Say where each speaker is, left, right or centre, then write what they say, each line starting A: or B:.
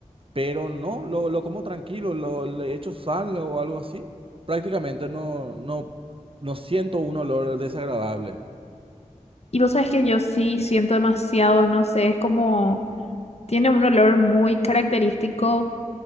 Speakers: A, on the right (about 45°); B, on the left (about 55°).
A: Pero no, lo, lo como tranquilo, lo, le echo sal o algo así. Prácticamente no, no, no siento un olor desagradable.
B: Y vos sabes que yo sí siento demasiado, no sé, es como tiene un olor muy característico.